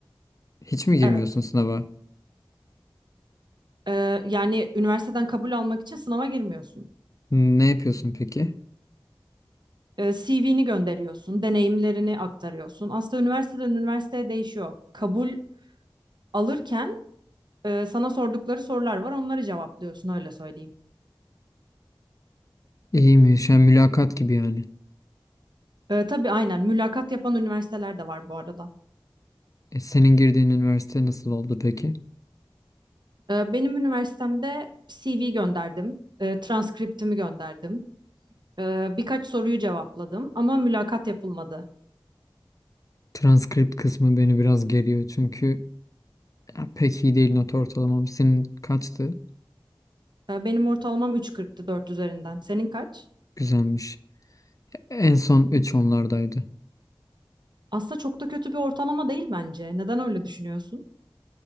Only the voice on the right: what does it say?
Evet.
Ee, yani üniversiteden kabul almak için sınava girmiyorsun.
Ee, CV'ni gönderiyorsun, deneyimlerini aktarıyorsun. Aslında üniversiteden üniversiteye değişiyor. Kabul alırken e, sana sordukları sorular var, onları cevaplıyorsun öyle söyleyeyim.
Ee, tabii aynen mülakat yapan üniversiteler de var bu arada.
Ee, Benim üniversitemde CV gönderdim, e, transkriptimi gönderdim, e, birkaç soruyu cevapladım ama mülakat yapılmadı.
E, Benim ortalamam 3.40'tı 4 üzerinden. Senin kaç?
Aslında çok da kötü bir ortalama değil bence. Neden öyle düşünüyorsun?